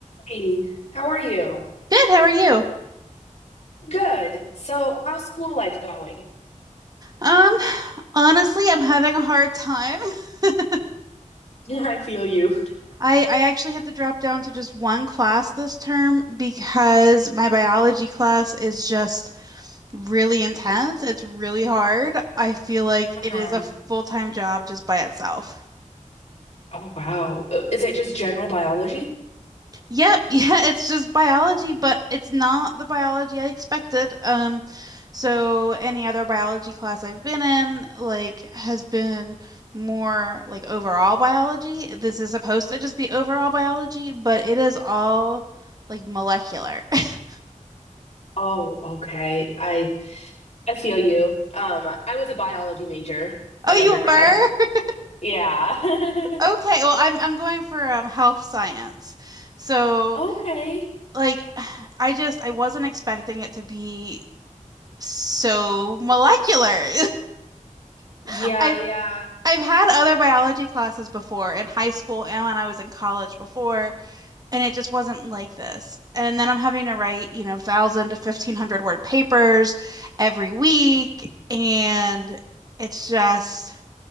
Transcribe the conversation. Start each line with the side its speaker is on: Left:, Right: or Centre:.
Left: Hey, how are you?
Right: Good, how are you?
Left: Good. So, how's school life going? <laughs>
Right: Um, honestly, I'm having a hard time. <laughs>
Left: Yeah, I feel you.
Right: I I actually had to drop down to just one class this term because my biology class is just really intense. It's really hard. I feel like
Left: Uh-huh.
Right: it is a full-time job just by itself.
Left: Oh, wow. Uh, Is it just general biology?
Right: Yep, <laughs> yeah, it's just biology, but it's not the biology I expected. Um, so any other biology class I've been in, like, has been more like overall biology. This is supposed to just be overall biology, but it is all like molecular. <laughs>
Left: Oh, okay. I I feel you. Um, I was a biology major in
Right: Oh, you
Left: undergrad.
Right: were? <laughs>
Left: Yeah.
Right: Okay,
Left: <laughs>
Right: well, I'm I'm going for um, health science. So,
Left: Okay.
Right: like, <sighs> I just I wasn't expecting it to be so molecular.
Left: Yeah,
Right: <laughs> I
Left: yeah.
Right: I've had other biology classes before in high school and when I was in college before, and it just wasn't like this. And then I'm having to write, you know, 1,000 to 1,500 word papers every week, and it's just,